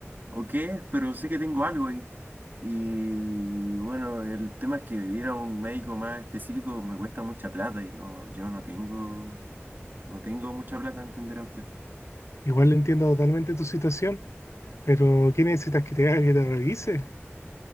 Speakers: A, on the right; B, on the left.
A: o qué es, pero sé que tengo algo ahí. Y bueno, el tema es que ir a un médico más específico me cuesta mucha plata y no, yo no tengo, no tengo mucha plata, entenderá usted.
B: Igual entiendo totalmente tu situación, pero ¿qué necesitas que te haga que te revise?